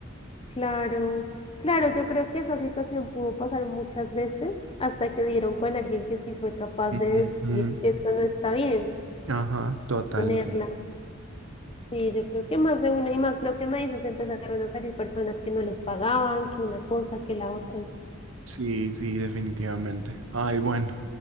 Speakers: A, on the left; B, on the right.
A: Claro, claro, yo creo que esa situación pudo pasar muchas veces hasta que dieron con alguien que sí fue capaz
B: Ujú,
A: de
B: ujú.
A: decir, esto no está bien,
B: Ajá, totalmente.
A: ponerla. Sí, yo creo que más de una y más lo que me dices, empezaron a salir personas que no les pagaban, que una cosa, que la otra. y-
B: Sí, sí, definitivamente. Ay, bueno,